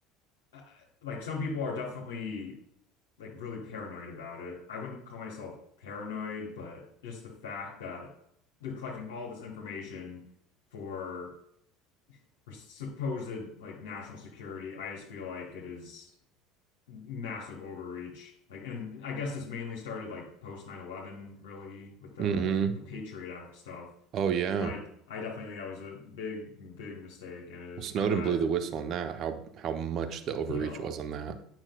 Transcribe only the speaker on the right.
hmm
Oh yeah.
Well, Snowden
blew the whistle on that. How how much the overreach
was on that.